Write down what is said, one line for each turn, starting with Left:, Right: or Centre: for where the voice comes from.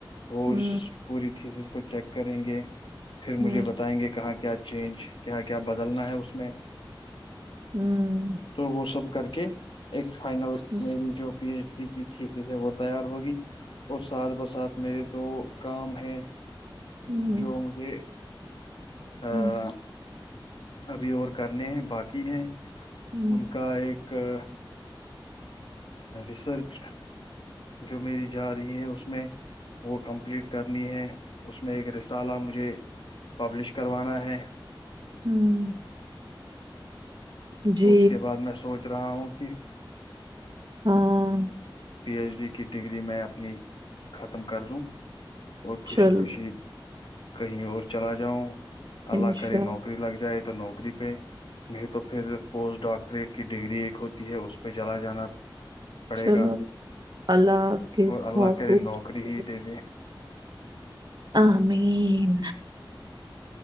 Left: وہ
Right: ہوں
Left: پوری ٹھییک کچھیک کریں گے پھر
Right: ہوں
Left: مجھے بتائیں گے کہاں کیا چینج کیا کیا بدلنا ہے اس میں
Right: ہوں
Left: تو وہ سب کر کے ایک فائنل
Right: ہوں
Left: میں بھی جو پی ایچ کی کھیسی سے وہ تیار ہوگی اور ساتھ بساتھ میرے دو کام ہیں
Right: ہوں
Left: جو مجھے <inaudible>
Right: ہوں
Left: ابھی اور کرنے ہیں باقی ہیں
Right: ہوں
Left: ان کا ایک کہ ریسرچ جو میری جا رہی ہے اس میں وہ کمپلیٹ کرنی ہے اس میں ایک رسالہ مجھے پبلش کروانا ہے
Right: ہوں جی
Left: تو اس کے بعد میں سوچ رہا ہوں کہ اکے
Right: ہاں
Left: پی ایچ ڈی کی ڈگری میں اپنی ختم کر دوں اور خوشی
Right: چلو
Left: خوشی کہیں اور چلا جاؤ اللہ
Right: انشاءاللہ
Left: کرے نوکری لگ جائے تو نوکری پہ نہیں تو پھر پوسٹ ڈاکٹریٹ کی ڈگری ایک ہوتی ہے اس پہ چلا جانا پڑے
Right: چلو
Left: گا
Right: اللہ آپ کے
Left: اور
Right: خو
Left: اللہ کرے
Right: پورے
Left: نوکری
Right: کرے
Left: ہی دے دے
Right: آمین